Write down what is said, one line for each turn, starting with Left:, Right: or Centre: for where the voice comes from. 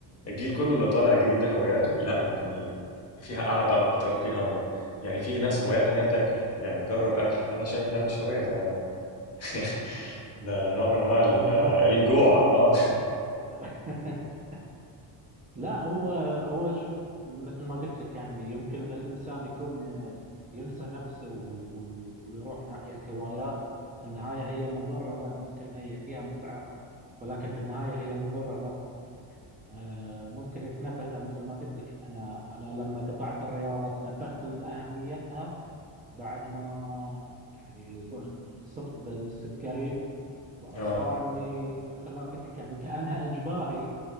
Left: الجيل كله اللي طالع جديد ده هواياته لا يعني فيها قعدة أكتر فيها يعني في ناس هواياتها إن هي تاكل يعني تجرب أكل أنا شايف ده مش هواية ده <laughs> ده نوع
Right: <laughs>
Left: من أنواع
Right: ه-
Left: ال-
Right: هذا مرض
Left: الجوع أه
Right: <laughs> لا هو هو شوف مثل ما قلت لك يعني يمكن الانسان يكون آه، ينسى نفسه و- و- ويروح ناحية هوايات في النهاية هي مضرة لا ممكن هي فيها متعة ولكن في النهاية هي مضرة لا آه، ممكن يتنبه لها مثل ما قلت لك انا انا لما قطعت الرياضة تنبهت لأهميتها بعد ما يعني انصبت بالسكري
Left: أه
Right: صار اني مثل ما قلت لك يعني كانها اجباري